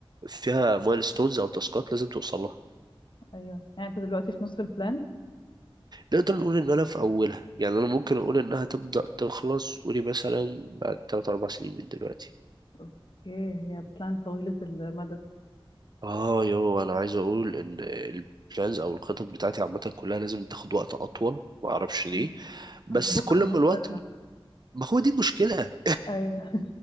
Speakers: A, on the right; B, on the left.
A: فيها مايلستونز او تاسكات لازم توصل لها
B: ايوه يعني انت دلوقتي في نص البلان
A: نقدر نقول ان انا في اولها يعني انا ممكن اقول انها تبدأ تخلص قولي مثلا بعد 3 4 سنين من دلوقتي
B: اوكي هي بلان طويلة المدى
A: اه يو انا عايز اقول ان البلانز او الخطط بتاعتي عامه كلها لازم تاخد وقت اطول ما اعرفش
B: مم.
A: ليه بس
B: انا بكره
A: كل
B: هستنى
A: ما الوقت ما هو دي مشكله
B: ايوه